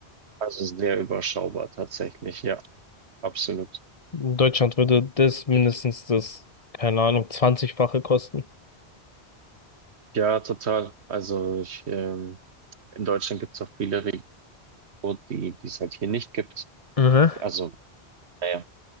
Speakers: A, on the right (about 80°); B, on the left (about 35°).
A: also sehr überschaubar tatsächlich, ja, absolut.
B: In Deutschland würde das mindestens das, keine Ahnung, 20-fache kosten.
A: Ja, total. Also ich, ähm, in Deutschland gibt es auch viele Regionen, die die es halt hier nicht gibt.
B: Mhm.
A: Also, naja.